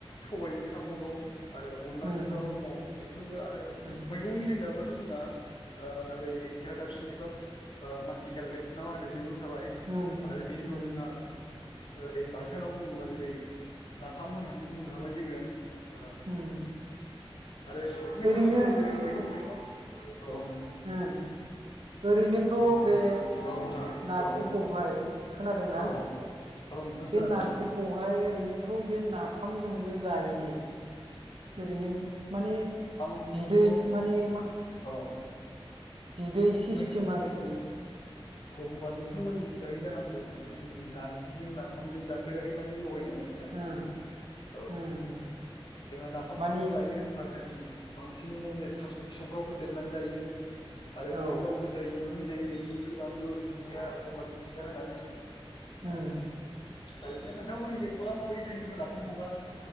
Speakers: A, on the left; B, on the right.
A: सबाइजों साम' दं आरो अनलाजों
B: उम
A: दाउ दङ बेफोरबो आरो
B: उम
A: मैगंनि होननायाबो जोंना आ ओरै खेरा लाइसिनि एबा मासि गालदेब ना मा होनो जाबाय
B: उम
A: आरो बेनि उनाव
B: उम
A: जोंहा ओरै बाथोनाव बुङोबा जेरै नाफाम होननानै बुंनो हाबाय जोङो ओ
B: उम
A: आरो बिदिनो
B: ओरैनो
A: गोबां रोखोमनि जेरै मैगं थाइगं औ
B: उम ओरैनोथ'
A: औ नोंथां
B: बे नारजिखौहाय
A: औ
B: खोनादों ना
A: औ नोंथां
B: बे
A: खोनादों
B: नारजिखौहाय ओरैनोथ' बे ना फाम जोंबो जायोलै ओरैनो माने
A: आंथ'
B: बिदै माने मा
A: औ
B: बिदै सिस्टेम
A: नोंथां
B: आरोखि
A: औ औ होनोबा नोंथांमोननि जों जायो जानांगौमोन जोंनिजों नारजिजों नाफामजों जाफेराखै मानि लगायनाय <unintelligible>
B: उम
A: नोंथांऔ
B: उम उम
A: जोंङो नाफामफोरखौ
B: माने
A: जायो होनबा जों बांसिनै नोजोर थास बिसंफ्राव होदेरनानै जायो आरो
B: औ
A: बिदिनो गाव गोजा एवनानै जायो जों संख्रि बानलु दुनजिया गंगार दुनजिया होनानै नोंथां
B: उम
A: ओरैनो नोंथांमोननि जोंबा माबायदि जायो एबा नाफामखौबा